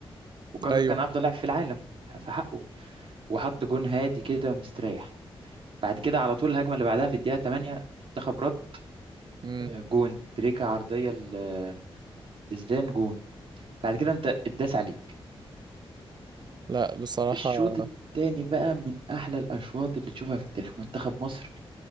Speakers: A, on the right; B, on the right.
A: وكاكا
B: ايوه
A: كان افضل لاعب في العالم في حقه وحط جون هادي كده مستريح بعد كده على طول الهجمه اللي بعدها في الدقيقه 8 منتخب رد
B: مم.
A: آه، جون تريكا عرضيه ل- لزدان جون بعد كده انت اتداس عليك
B: لا بصراحة
A: الشوط التاني بقى من احلى الاشواط اللي تشوفها في التاريخ منتخب مصر